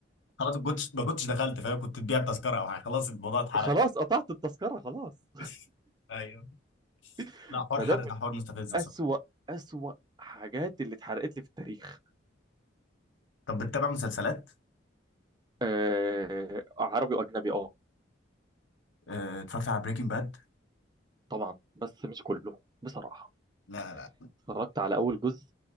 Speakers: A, on the left; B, on the right.
A: خلاص ما كنتش ما كنتش دخلت فاهم كنت تبيع التذكره او حاجه خلاص الموضوع اتحرق
B: خلاص
A: يعني
B: قطعت التذكره خلاص
A: <laughs> ايوه
B: <laughs>
A: لا حوار
B: فده
A: حرق
B: من
A: ده حوار مستفز بصراحه
B: اسوأ اسوأ حاجات اللي اتحرقت لي في التاريخ
A: طب بتتابع مسلسلات
B: آه عربي واجنبي اه
A: آه، اتفرجت على بريكنج باد
B: طبعا بس مش كله بصراحه
A: لا لا
B: اتفرجت على اول جزء